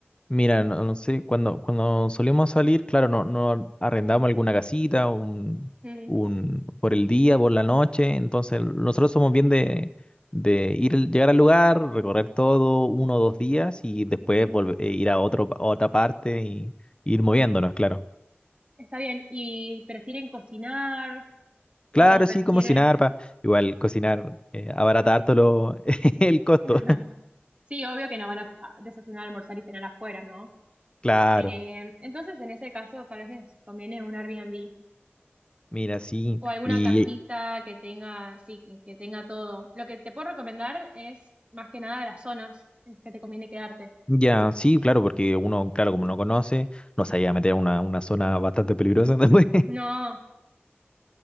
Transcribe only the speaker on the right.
Mm,
está bien. ¿Y prefieren cocinar
o prefieren...
<laughs> Sí, obvio que no van a a desayunar, almorzar y cenar afuera, ¿no?
Eh, entonces, en ese caso, tal vez les conviene un Airbnb.
O alguna
casita que tenga, sí, que que tenga todo. Lo que te puedo recomendar es más que nada las zonas en las que te conviene quedarte.
No,